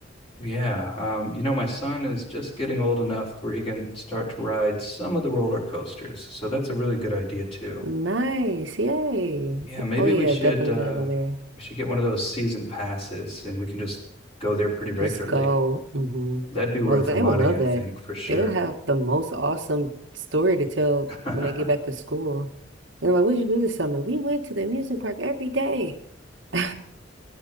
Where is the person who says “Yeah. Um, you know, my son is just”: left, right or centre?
Left